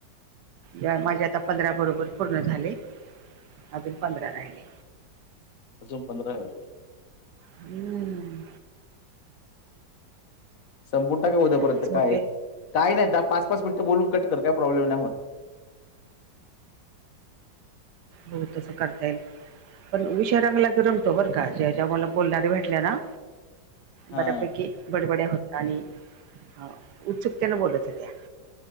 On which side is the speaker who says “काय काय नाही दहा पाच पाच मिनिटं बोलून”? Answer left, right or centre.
Left